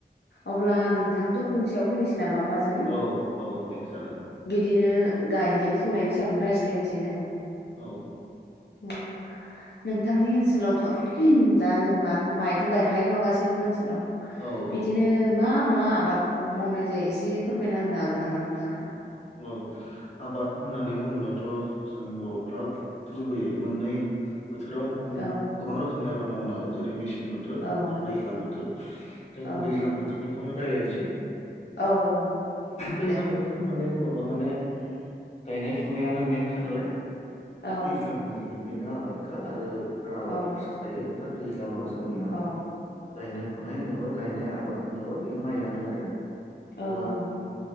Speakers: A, on the left; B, on the left.
A: अब्ला नोंथां टपिकनि सायाव फैनोसै नामा होमबा? जों?
B: औ औ दे जागोन।
A: बिदिनो गायनाय फुनायनि सायावनो रायज्लायनोसै जों।
B: औ।
A: उम नोंथांनि ओनसोलावथ' दा जेनेबाथ' माइथ' गायखायो न' गासैनिबो ओनसोलाव?
B: औ
A: बिदिनो
B: औ
A: मा मा आबादखौ मावनाय जायो एसे फोरमायना होनो हागोन नामा नोंथाङा?
B: औ आबाद होननानै बुङोब्लाथ' जों बर' फ्रा गुबैयै मोननै बोथोराव
A: औ
B: गोबां रोखोमनि आबाद मावो नालाय। जेरै मेसें बो थोर
A: औ
B: आरो दैज्लां बोथोर।
A: औ
B: दा जों
A: औ
B: दैज्लां बोथोरनिखौनो रायलायनोसै।
A: औ औ
B: दैज्लां
A: दे
B: बोथोर होननानै बुङोबा माने गायनाय फुनायानो मेनखा नालाय।
A: औ
B: दैज्लांनि बेनो आबादखा आरो उफ्रा आबादफोरसो
A: औ।
B: थायो दा दैज्लाङाव जोंनिया
A: औ।
B: गायनाय फुनाय होनोबा गायनाय आबाद नाबा बे माइआनो आरो।
A: औ
B: दा
A: नंगौ